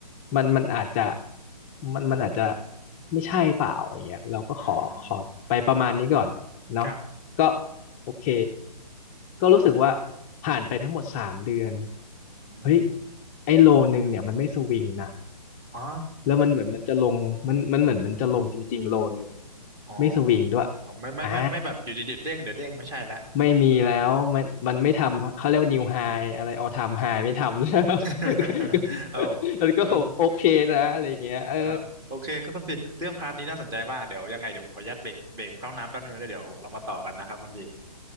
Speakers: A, on the left; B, on the right.
A: มันมันอาจจะมันมันอาจจะไม่ใช่เปล่าอย่างเงี้ยเราก็ขอขอไปประมาณนี้ก่อน
B: อืม
A: เนาะ
B: ครับ
A: ก็โอเคก็รู้สึกว่า
B: อ่า
A: ผ่านไปทั้งหมดสามเดือน
B: อื
A: เฮ้ย
B: ม
A: ไอ้โลนึงเนี่ยมันไม่สวิงนะ
B: อ๋อ
A: แล้วมันเหมือนมันจะลงมันมันเหมือนมันจะลงจริงๆโลนึง
B: อ๋อ
A: ไม่สวิงด้วย
B: อ๋อไม่ไม่แบบไม่แบบอยู่ดีๆเด้งเดี๋ยวเด้งไม่ใช่ละ
A: อ่าไม่มีแล้วมันมันไม่ทำเขาเรียกนิวไฮอะไรออทำไฮไม่ทำแล้ว
B: เออเอออ๋อ <laughs>
A: <laughs>
B: เอา
A: แล้วก็ผมโอเคนะอะไรอย่างเงี้ยเออ
B: เออครับโอเคครับคุณพี่เรื่องพาร์ทนี้น่าสนใจมากเดี๋ยวยังไงเดี๋ยวผมขออนุญาตเบรกเบรกเข้าน้ำแป๊บนึงแล้วเดี๋ยวเรามาต่อกันนะครับคุณพี่